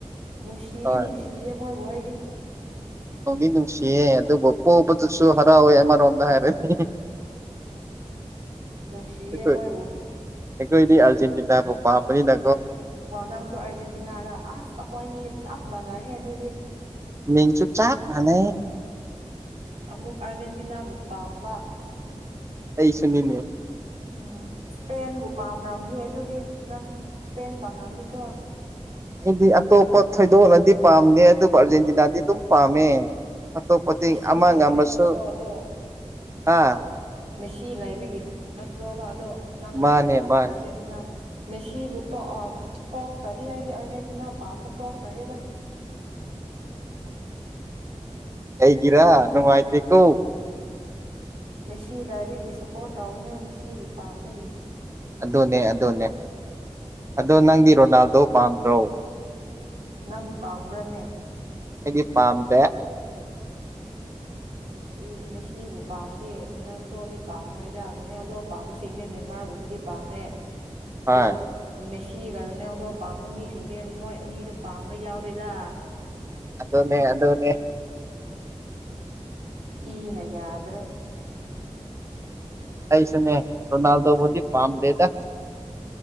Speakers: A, on the right (about 65°); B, on the right (about 25°).
A: ꯅꯨꯡꯁꯤꯗꯤ
B: ꯍꯣꯏ
A: ꯅꯨꯡꯁꯤꯌꯦ ꯃꯣꯏꯕꯨ ꯑꯩꯗꯤ
B: ꯅꯗꯤ ꯅꯨꯡꯁꯤꯌꯦꯦ ꯑꯗꯨꯕꯨ ꯄꯣꯛꯕꯗꯁꯨ ꯍꯔꯥꯎꯋꯦ ꯑꯃꯔꯣꯝꯗ ꯍꯥꯏꯔꯅꯤ
A: ꯅꯨꯡꯁꯤꯌꯦꯃꯣꯕꯣ
B: ꯑꯩꯈꯣꯏ ꯑꯩꯈꯣꯏꯗꯤ ꯑꯥꯔꯖꯦꯟꯇꯤꯅꯥꯕꯨ ꯄꯥꯝꯕꯅꯤꯅ
A: ꯑꯣ ꯅꯪꯁꯨ ꯑꯥꯔꯖꯦꯟꯇꯤꯅꯥꯔ ꯑꯁ ꯑꯩꯈꯣꯏꯅꯤ ꯆꯞ ꯃꯥꯟꯅꯩꯍꯦ ꯑꯗꯨꯗꯤ
B: ꯃꯤꯡꯁꯨ ꯆꯞ ꯃꯥꯟꯅꯩ
A: ꯑ ꯃꯨ ꯑꯔꯖꯦꯟꯇꯤꯅꯥꯕꯨ ꯄꯥꯃ
B: ꯑꯩꯁꯨꯅꯤꯅꯤ
A: ꯎꯝ ꯏꯁꯄꯦꯟꯕꯨ ꯄꯥꯝꯔꯝꯅꯤ ꯑꯗꯨꯗꯤ ꯅꯪ ꯏꯁꯄꯦꯟ ꯄꯥꯝꯔꯝꯅꯤ ꯀ
B: ꯑꯩꯗꯤ ꯑꯇꯣꯞꯄ ꯊꯣꯏꯗꯣꯛꯅꯗꯤ ꯄꯥꯝꯗꯦ ꯑꯗꯨꯕꯨ ꯑꯥꯔꯖꯦꯟꯇꯤꯅꯥꯗꯤ ꯑꯗꯨꯝ ꯄꯥꯝꯃꯦ ꯑꯇꯣꯞꯄꯗꯤ
A: ꯃꯦꯁꯤ
B: ꯑꯃ
A: ꯂꯩꯕꯒꯤ
B: ꯑꯃꯁꯨ
A: ꯅꯠꯇ꯭ꯔꯣ ꯑꯗꯣ
B: ꯑꯥ
A: ꯃꯦꯁꯤ ꯂꯥꯏꯕꯒꯤ ꯅꯠꯇ꯭ꯔꯣꯕ ꯑꯗꯣ ꯅꯪ
B: ꯃꯥꯅꯦ ꯃꯥꯅꯦ
A: ꯑꯥꯔꯖꯦꯟꯇꯤꯅꯥ ꯃꯦꯁꯤꯕꯨ ꯇ ꯇꯣꯛꯈ꯭ꯔꯗꯤ ꯍꯥꯏꯗꯤ ꯑꯥꯔꯖꯦꯟꯇꯤꯅꯥ ꯄꯥꯝꯕ ꯇꯣꯛꯈ꯭ꯔꯒꯦꯗ
B: ꯑꯩꯒꯤꯔꯥ ꯅꯨꯡꯉꯥꯏꯇꯦ ꯀꯣ
A: ꯃꯁꯤꯗꯕꯒꯤ ꯁꯞꯄꯣꯔꯠ ꯇꯧꯕꯅꯦ ꯃꯁꯤꯁꯤꯕꯨ ꯄꯥꯝꯝꯕꯒꯤ
B: ꯑꯗꯨꯅꯦ ꯑꯗꯨꯅꯦ ꯑꯗꯣ ꯅꯪꯗꯤ ꯔꯣꯅꯥꯜꯗꯣ ꯄꯥꯝꯗ꯭ꯔꯣ
A: ꯅꯪꯗꯤ ꯄꯥꯝꯕ꯭ꯔꯅꯦ
B: ꯑꯩꯒꯤ ꯄꯥꯝꯗ
A: ꯃꯦꯁꯤ ꯃꯦꯁꯤꯕꯨ ꯄꯥꯝꯗꯦ ꯅꯦꯜꯗꯣꯗꯤ ꯄꯥꯝꯃꯣꯏꯗ ꯨꯅꯦꯜꯗꯣ ꯄꯥꯝꯕꯁꯤꯡꯗꯤꯅꯦ ꯃꯔ ꯒꯨꯝꯕꯗꯤ ꯄꯥꯝꯃꯦ
B: ꯍꯣꯏ
A: ꯑꯣ ꯃꯦ ꯁꯤ ꯀꯔꯣꯅꯦꯜꯗꯣ ꯄꯥꯝꯕ ꯃꯤꯁꯤꯡꯗꯤ ꯃꯣꯏ ꯑꯅꯤꯗꯣ ꯄꯥꯝꯕ ꯌꯥꯎꯗꯦꯗ
B: ꯑꯗꯅꯦ ꯑꯗꯅꯦ
A: ꯏ ꯅ ꯌꯥꯗ꯭ꯔꯦ
B: ꯑꯩꯩꯁꯨꯅꯦ ꯔꯣꯅꯥꯜꯗꯣꯕꯨꯗꯤ ꯄꯥꯝ ꯗꯦꯗ